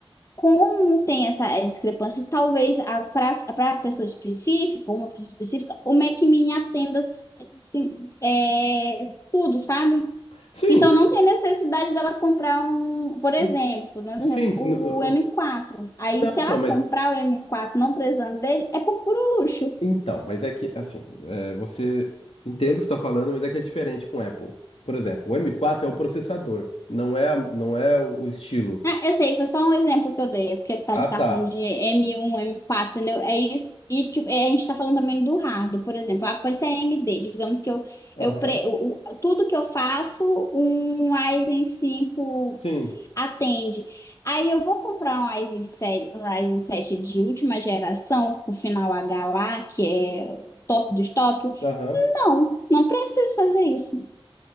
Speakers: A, on the left (about 30°); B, on the left (about 85°).
A: como tem essa eh, discrepância, talvez para a pessoa específica, uma pessoa específica, o MacMin atenda assim, eh, tudo, sabe?
B: Sim,
A: Então não tem necessidade dela comprar um, por exemplo,
B: o-
A: tô dando
B: sim,
A: um exemplo,
B: sim,
A: o
B: n- o-
A: M4.
B: o-
A: Aí
B: não,
A: se
B: então,
A: ela
B: mas
A: comprar o M4 não precisando dele, é por puro luxo.
B: então, mas é que assim, é, você entendo o que você está falando, mas é que é diferente com o Apple. Por exemplo, o M4 é o processador, não é, a- não é o o estilo.
A: Ah, eu sei, foi só um exemplo que eu dei, porque tá- a
B: Ah,
A: gente tá
B: tá.
A: falando de M1, M4, entendeu? É isso. E tipo, é, a gente tá falando também do hardware, por exemplo. Ah, pode ser AMD, digamos que eu,
B: Aham.
A: eu pre, o- o- tudo que eu faço, um Ryzen cinco
B: Sim.
A: atende. Aí eu vou comprar um Ryzen sete um Ryzen sete de última geração, o final H lá, que é top dos top.
B: Aham.
A: Não, não preciso fazer isso.